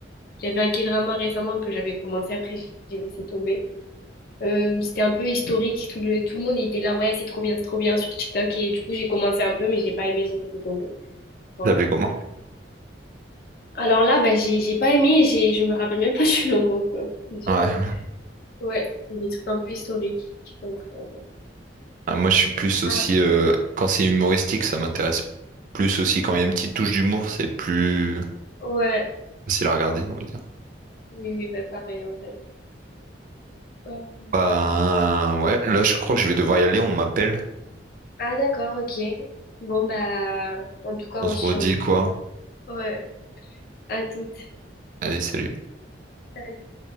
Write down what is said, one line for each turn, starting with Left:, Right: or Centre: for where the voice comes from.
Left: il y avait un K-drama récemment que j'avais commencé, après j'ai laissé tomber. Euh, c'était un peu historique, tout le, tout le monde il était là, ouais, c'est trop bien, c'est trop bien sur TikTok, et du coup j'ai commencé un peu, mais j'ai pas aimé, j'ai laissé tomber. Voilà.
Right: Vous appelez comment?
Left: Alors là, bah, j'ai j'ai pas aimé, j'ai je me rappelle même pas <laughs> du nom, donc euh, faut dire,
Right: Ouais.
Left: euh, ouais, c'est des trucs un peu historiques, donc euh, bon.
Right: Ah, moi, je suis plus aussi...
Left: Ah.
Right: euh, Quand c'est humoristique, ça m'intéresse plus aussi. Quand il y a une petite touche d'humour, c'est plus
Left: Ouais,
Right: facile à regarder, on va dire.
Left: oui, oui, bah pareil en vrai. Euh,
Right: Ben,
Left: ouais.
Right: ouais. Là, je crois que je vais devoir y aller. On m'appelle.
Left: Ah d'accord, ok. Bon bah, en tout cas,
Right: On
Left: on
Right: se
Left: se
Right: redit
Left: tient au courant.
Right: quoi?
Left: Ouais, à toutes.
Right: Allez, salut.
Left: Salut.